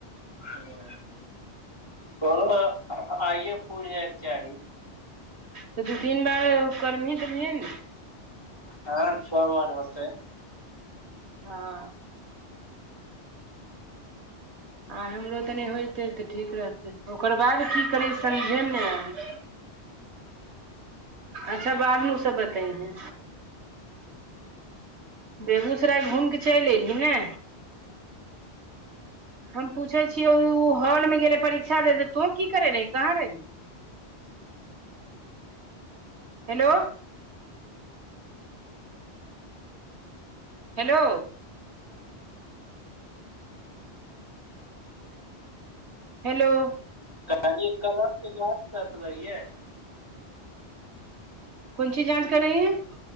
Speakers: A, on the left; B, on the right.
A: ओ तोरो आइये पूर जाय चाही।
B: तऽ दू-तीन बार करभी तभिये ने।
A: हां छ बार होतै।
B: हां। आय हमरो तनि होयतै तऽ ठीक रहतै, ओकर बाद की करीयै समझे ने आबै छै। अच्छा बाद मे उ सब बतैबो। बेगूसराय घुम के चैल एयली नै। हम पुछै छियौ उ हॉल मे गेले परीक्षा देलै तू की करै रही, कहाँ रही। हेलो। हेलो। हेलो।
A: कहनी कदम के गाछ तरफ रहिये।
B: कुन चीज जांच करै <unintelligible>